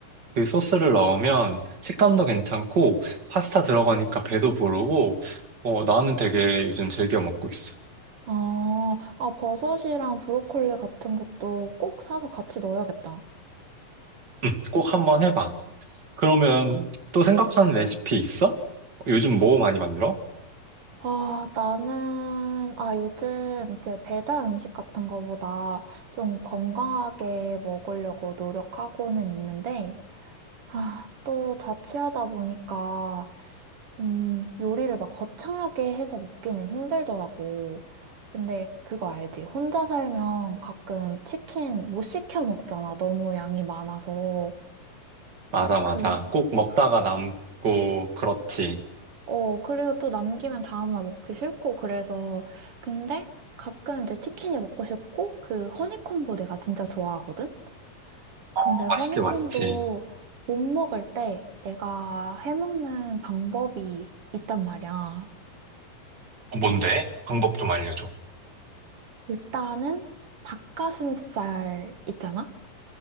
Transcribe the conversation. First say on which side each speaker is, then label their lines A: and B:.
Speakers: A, on the right (about 35°); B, on the right (about 50°).
A: 그 소스를 넣으면 식감도 괜찮고 파스타 들어가니까 배도 부르고 어, 나는 되게 요즘 즐겨 먹고 있어.
B: 아, 아, 버섯이랑 브로콜리 같은 것도 꼭 사서 같이 넣어야겠다.
A: 응, 꼭 한번 해봐. 그러면 또 생각하는 레시피 있어? 요즘 뭐 많이 만들어?
B: 아, 나는, 아, 요즘 이제 배달 음식 같은 거보다 좀 건강하게 먹으려고 노력하고는 있는데, 아, 또 자취하다 보니까, 음, 요리를 막 거창하게 해서 먹기는 힘들더라고. 근데 그거 알지? 혼자 살면 가끔 치킨 못 시켜 먹잖아. 너무 양이 많아서.
A: 맞아, 맞아.
B: 그,
A: 꼭 먹다가
B: 그,
A: 남고, 그렇지.
B: 어, 그리고 또 남기면 다음날 먹기 싫고, 그래서. 근데 가끔 이제 치킨이 먹고 싶고, 그 허니콤보 내가 진짜 좋아하거든?
A: 어,
B: 근데 허니콤보
A: 맛있지, 맛있지.
B: 못 먹을 때 내가 해먹는 방법이 있단 말이야.
A: 어, 뭔데? 방법 좀 알려줘.
B: 일단은 닭가슴살 있잖아?